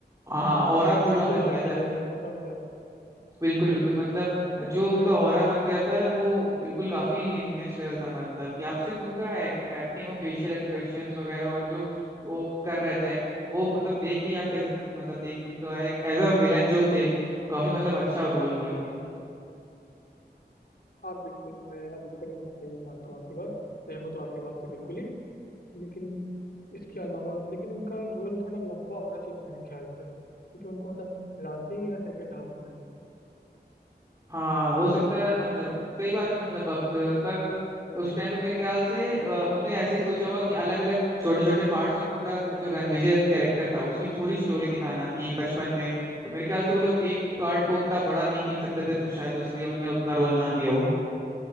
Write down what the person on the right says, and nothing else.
हाँ ऑरा पूरा
बन
गया था
बिल्कुल बिल्कुल मतलब
जो उनका
ऑरा
बन गया था वो बिल्कुल काफी नेक्स्ट लेवल था मतलब कि आप सिर्फ उनका एक्टिंग और फेशियल एक्सप्रेशंस वगैरह और जो वो कर रहे थे एक्ट वो मतलब देख के ही आप कह सकते थे कि मतलब देख के उनका एक एज अ विलन जो थे काफी मतलब अच्छा रोल किया उनने
हाँ हो सकता है मतलब सही बात है मतलब अब पर उस टाइम पे मेरे ख्याल से अ, उनने ऐसे ही सोचा होगा कि अलग अलग छोटे छोटे पार्ट्स में पूरा जो रणविजय कैरेक्टर था उसकी पूरी स्टोरी दिखाना कि बचपन में तो मेरे ख्याल से वो लोग एक पार्ट को उतना बड़ा नहीं खींच सकते थे तो शायद उसलिए उनने उतना रोल ना दिया हो